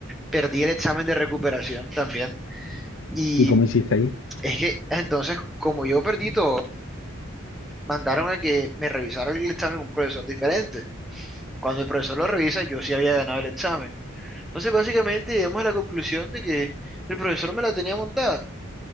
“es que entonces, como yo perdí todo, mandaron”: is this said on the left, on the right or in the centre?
Centre